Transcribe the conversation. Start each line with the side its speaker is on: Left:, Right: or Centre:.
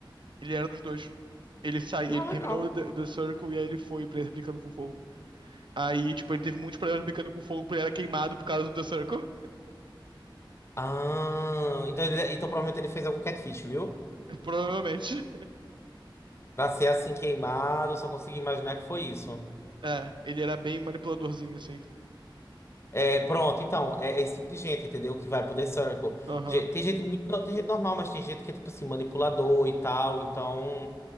Right: Ele era dos dois. Ele saiu,
Left: Ah,
Right: ele terminou
Left: legal.
Right: o The, o The Circle e aí ele foi pra esse Brincando com Fogo. Aí, tipo, ele teve muitos problemas brincando com fogo porque ele era queimado por causa do The Circle.
Left: Ah, então, ele- então provavelmente ele fez algum catfish, viu?
Right: <laughs> Provavelmente.
Left: Pra ser assim queimado, eu só consigo imaginar que foi isso.
Right: É, ele era bem manipuladorzinho, assim.
Left: É, pronto, então, é, é esse tipo de gente, entendeu? Que vai pro The Circle.
Right: Aham.
Left: Ge- Tem gente muito, no- tem gente normal, mas tem gente que é, tipo assim, manipulador e tal, então,